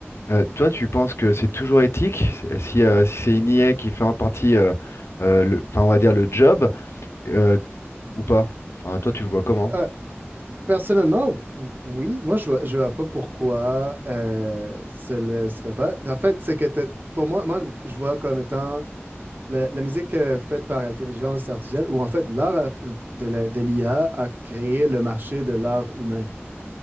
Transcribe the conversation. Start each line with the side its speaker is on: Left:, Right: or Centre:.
Left: Euh, toi, tu penses que c'est toujours éthique? Si, euh, si, euh, si c'est une IA qui fait en partie, euh, euh, le- enfin, on va dire le job, euh, ou pas? Enfin, toi, tu le vois comment?
Right: Euh, personnellement, ou- oui, moi, je vois, je vois pas pourquoi euh, ce le serait pas. En fait, c'est que t'as- pour moi, moi, je vois comme étant La, la musique euh, faite par l'intelligence artificielle, ou en fait l'art art- de la- de l'IA a a créé le marché de l'art humain.